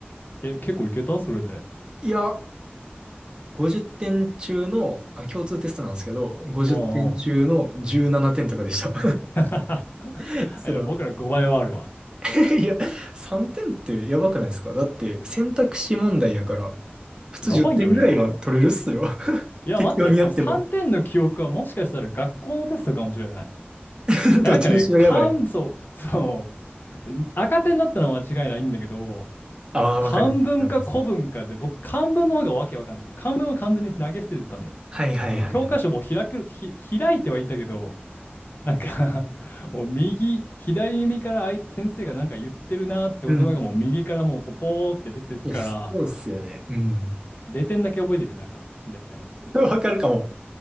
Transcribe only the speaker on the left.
え、結構いけたそれで。
うんうん。<laughs> あ
の僕の5倍はあるわ。
やばいよね。
いや、
待った。この3点の記憶はもしかしたら学校のテストかもしれない。
え、
なんかね、感想、そう、赤点になったのは間違いないんだけど、
漢文か古文かで、
僕、漢文の方がわけわかんない。漢文は完全に投げ捨ててたのよ。
もう教科書も開く、ひ、開いてはいたけど、なんか <laughs> もう右、左耳からあい先生がなんか言ってるなーって言葉がもう右からもうこうポーって出てるから、
0点だけ覚えてるよ、だから。0点。